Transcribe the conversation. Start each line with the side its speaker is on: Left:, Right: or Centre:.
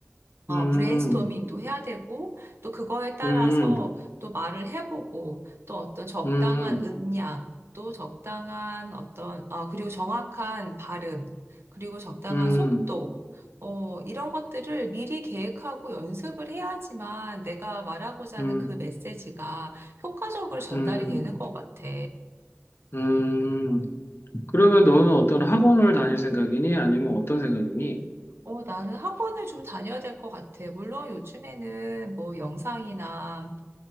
Right: 어,
Left: 음,
Right: 브레인스토밍도 해야 되고, 또 그거에 따라서
Left: 음,
Right: 또 말을 해보고, 또 어떤 적당한
Left: 음,
Right: 음량, 또 적당한 어떤, 어, 그리고 정확한 발음, 그리고 적당한
Left: 음,
Right: 속도, 어, 이런 것들을 미리 계획하고 연습을 해야지만 내가 말하고자 하는
Left: 음,
Right: 그 메시지가 효과적으로 전달이
Left: 음,
Right: 되는 것 같아.
Left: 음. 그러면 너는 어떤 학원을 다닐 생각이니? 아니면 어떤 생각이니?
Right: 어, 나는 학원을 좀 다녀야 될 것 같아. 물론 요즘에는 뭐 영상이나